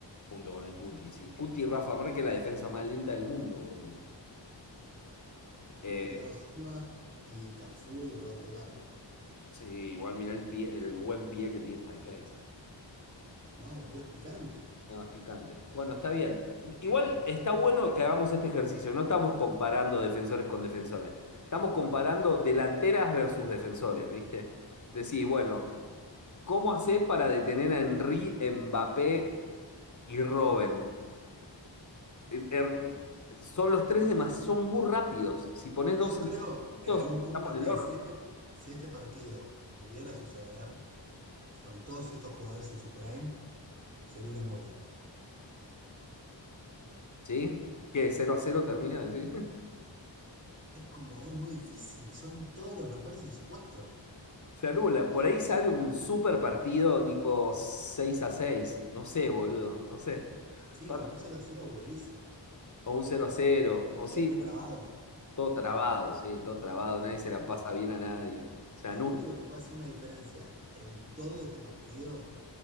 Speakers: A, on the left; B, on the right.
A: junto con el Cuti. Si Cuti y Rafa Márquez es la defensa más lenta del mundo, boludo. Eh,
B: Cuti, Thiago Silva y Cafú y Roberto Carlos.
A: sí, igual mirá el pie- el buen pie que tiene esa defensa también.
B: No, boludo, es picante.
A: Nada más picante. Bueno, está bien. Igual está bueno que hagamos este ejercicio. No estamos comparando defensores con defensores. Estamos comparando delanteras versus defensores, ¿viste? Decís, bueno, ¿Cómo hace para detener a Henry, Mbappé y Robben? Eh, eh, Son los tres demás, son muy rápidos. Si pones dos
B: Yo
A: en
B: creo en
A: estamos
B: algún punto
A: en el
B: que
A: horno.
B: si este, si este partido pudiera suceder. Con todos estos jugadores en su prime, sería un embole.
A: ¿Sí? ¿Qué? cero a cero termina? ¿Sí?
B: Es como, es muy difícil, son todos los mejores en su puesto.
A: <laughs> Se anula. Por ahí sale un super partido tipo 6 a seis, No sé, boludo. No sé.
B: Sí,
A: Pasa-
B: o un 0 a 0 aburridísimo,
A: O un cero a cero, O
B: todo
A: sí,
B: retrabado.
A: todo trabado, sí, todo trabado. Nadie se la
B: El
A: pasa bien a nadie. Se anula.
B: único que puede hacer una diferencia en todo este partido,